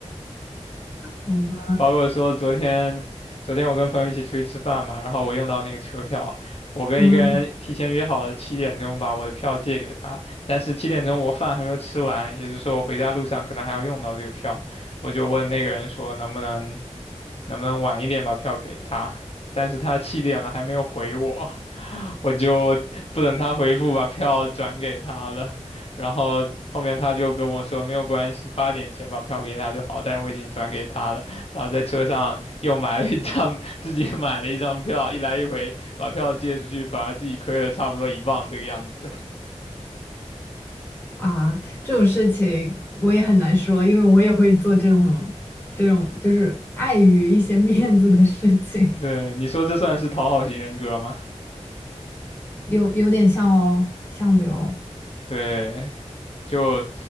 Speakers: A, on the left (about 20°); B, on the left (about 55°).
A: 好吧，
B: 包括说昨天，昨天我跟朋友一起出去吃饭嘛，然后我用到那个车票，我跟一个人提前约好了七点钟把我的票借给他，
A: 嗯，
B: 但是七点钟我饭还没有吃完，也就是说我回家路上可能还要用到这个票，我就问那个人说能不能能不能晚一点把票给他，但是他七点了还没有回我，我就不等他回复，把票转给他了。然后后面他就跟我说没有关系，八点前把票给他就好，但是我已经转给他了。然后在车上又买了一张，<laughs> 自己买了一张票，一来一回把票借出去，反而自己亏了差不多一磅这个样子。
A: 啊，这种事情我也很难说，因为我也会做这种这种，就是碍于一些 <laughs> 面子的事情，
B: <laughs> 对，你说这算是讨好型人格吗？
A: 有有点像哦，像的哟。
B: 对，就